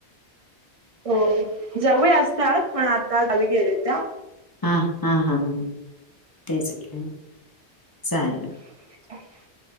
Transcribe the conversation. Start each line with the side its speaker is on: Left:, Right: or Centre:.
Right: हो जाऊ बाई असतात, पण आता गावी गेले त्या
Left: हां हां हां हां हां तेच की चालेल.
Right: <inaudible>